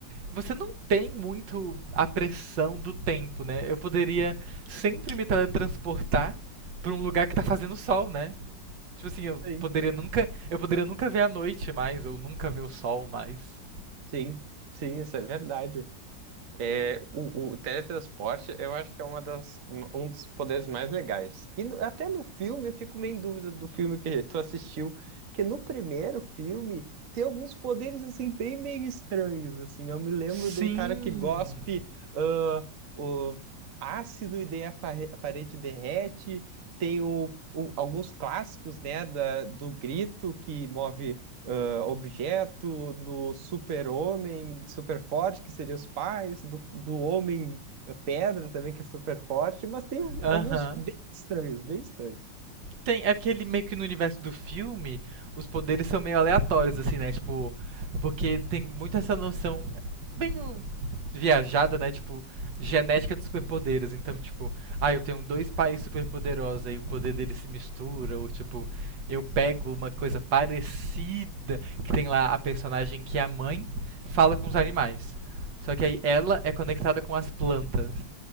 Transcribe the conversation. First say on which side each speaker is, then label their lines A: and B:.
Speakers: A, on the right (about 75°); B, on the right (about 50°).
A: você não tem muito a pressão do tempo, né? Eu poderia sempre me teletransportar pra um lugar que tá fazendo sol, né? Tipo assim, eu
B: sim,
A: poderia nunca, eu poderia nunca ver a noite mais, ou nunca ver o sol mais.
B: sim, sim, isso é verdade. É, o, o teletransporte eu acho que é uma das, um dos poderes mais legais. E no- até no filme eu fico meio em dúvida do filme que tu assistiu, que no primeiro filme tem alguns poderes assim bem meio estranhos assim. Eu me lembro
A: Sim.
B: de um cara que gospe ah, o ácido e daí a pare- a parede derrete. Tem o, o- alguns clássicos, né, da, do grito que move ah, objeto, do super-homem, super forte, que seria os pais, do, do homem eh, pedra também, que é super forte, mas tem um-
A: Aham.
B: alguns bem estranhos, bem estranhos.
A: Tem, é porque ele meio que no universo do filme, os poderes são meio aleatórios, assim, né? Tipo, porque tem muito essa noção bem um, viajada, né? Tipo, genética dos superpoderes. Então, tipo, ah, eu tenho dois pais superpoderosos, aí o poder deles se mistura, ou tipo, eu pego uma coisa parecida, que tem lá a personagem que a mãe fala com os animais. Só que aí ela é conectada com as plantas.